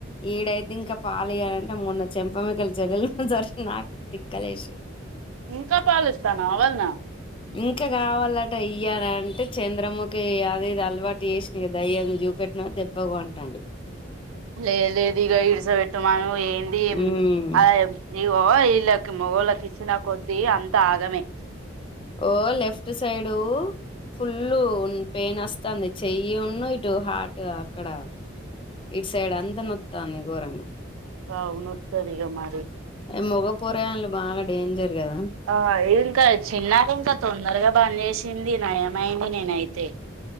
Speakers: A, on the left; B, on the right.
A: ఈడైతే ఇంకా పాలియ్యాలంటే మొన్న చెంపమిక్కల చెడులు జరిసిన నాకు దిక్కలేసి
B: ఇంకా పాలిస్తనవా వదిన
A: ఇంకా కావాలట ఇయ్యాలంటే చంద్రముకి అది ఇది అలవాటు చేసి నీకు దయ్యంగా చూపెట్ పెట్టిన దెబ్బకు వంటడిగ
B: లేదు లేదు ఇగ ఇడస పెట్టుమను ఏంది ఏం
A: ఉమ్
B: ఆ ఏం ఇగొ వీళ్ళకి మొగళ్ళకి ఇచ్చిన కొదీ అంత ఆగమే
A: ఓ లెఫ్ట్ సైడు ఫుల్ పెయిన్ వస్తుంది చెయ్యి ఉన్ను ఇటు హార్ట్ ఊ అక్కడ ఇట్ సైడ్ అంతా నొత్తాంది ఘోరంగా
B: ఆవు నొతది ఇక మరి
A: ఏ మగ పోరగాన్లు బాగా డేంజర్ కదా
B: ఆ ఇంకా చిన్నారు ఇంకా తొందరగా బన్ చేసి తింది నయమైంది నేనయితే